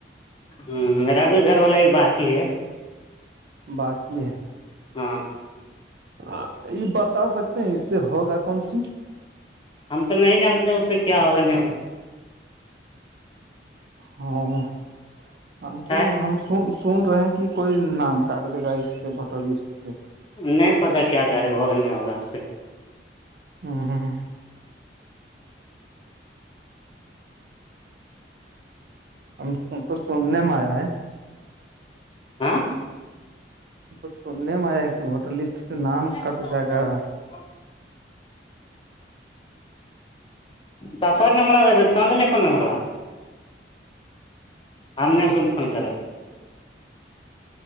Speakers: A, on the left; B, on the right.
A: ہ میرا بھی گھر والا ایک باقی ہے
B: باقی ہے
A: ہاں
B: ہاں یہ بتا سکتے ہیں اس سے ہوگا کون سی
A: ہم تو نہیں جانتے اس سے کیا ہوگا نہیں
B: ہاں ہم کو
A: ہے
B: ہم سن رہے کہ کوئی نام کاٹ دے گا اس سے ووٹر لسٹ سے
A: نہیں پتا کیا کرے ہوگا نہیں ہوگا اس سے
B: ہوں ہم س کو سننے میں آیا ہے
A: ہاں
B: کچ سننے میں آیا ہے کہ ووٹر لسٹ سے نام
A: کرسا
B: کٹ جائے
A: کام
B: گا
A: کر کفر نمبر تھاا بتکد نہیں اپ نمبر تھاا آ نے سم فون کرا